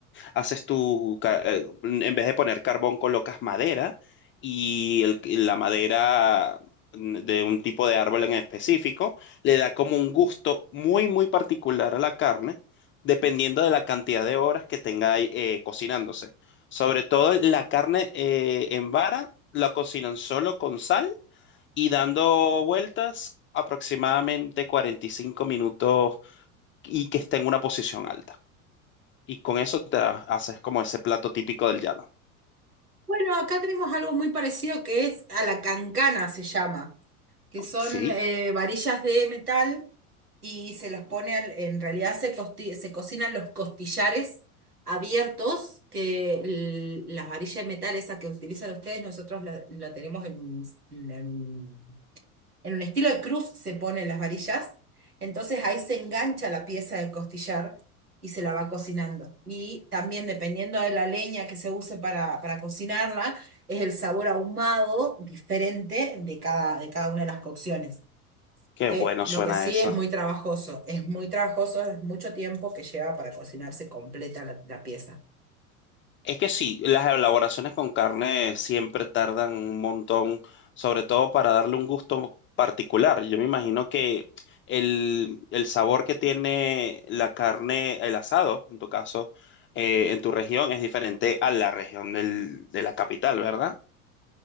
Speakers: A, on the left; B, on the right.
A: haces tu, ca- eh, en vez de poner carbón, colocas madera y el- y la madera mm, de un tipo de árbol en específico le da como un gusto muy, muy particular a la carne, dependiendo de la cantidad de horas que tenga ahí, eh, cocinándose. Sobre todo la carne eh, en vara la cocinan solo con sal y dando vueltas aproximadamente 45 minutos y que esté en una posición alta. Y con eso te ha- haces como ese plato típico del llano.
B: Bueno, acá tenemos algo muy parecido que es a la cancana, se llama. que son
A: Sí,
B: eh, varillas de metal y se las pone, al- en realidad se, costi- se cocinan los costillares abiertos, que el- las varillas de metal esas que utilizan ustedes, nosotros la, la tenemos en, en en un estilo de cruz se ponen las varillas, entonces ahí se engancha la pieza de costillar y se la va cocinando. Y también dependiendo de la leña que se use para, para cocinarla, es el sabor ahumado diferente de cada, de cada una de las cocciones.
A: qué
B: Eh,
A: bueno
B: lo
A: suena
B: que sí
A: eso.
B: es muy trabajoso, es muy trabajoso, es mucho tiempo que lleva para cocinarse completa la la pieza.
A: Es que sí, las elaboraciones con carne siempre tardan un montón, sobre todo para darle un gusto particular. Yo me imagino que el, el sabor que tiene la carne, el asado, en tu caso, eh, en tu región, es diferente a la región del- de la capital, ¿verdad?